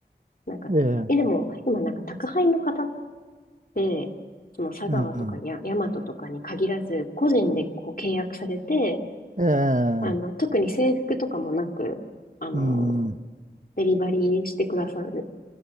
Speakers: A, on the left (about 55°); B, on the right (about 50°).
A: なんか、
B: ええ、
A: え、でも、今なんか宅配の方で、その佐川とかや、
B: うん、うん
A: 大和とかに限らず、個人でこう契約されて、
B: ええ、
A: あの、特に制服とかもなく、あの、
B: うん、
A: デリバリーしてくださる、